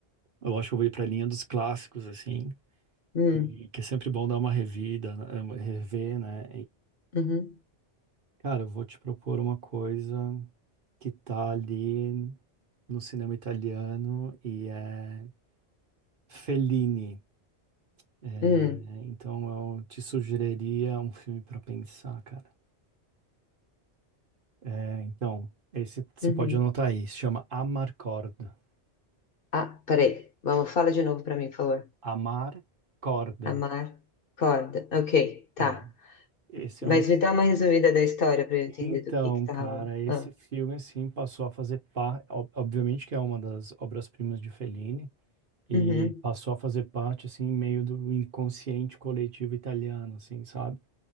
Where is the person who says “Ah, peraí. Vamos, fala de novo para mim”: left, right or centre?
Left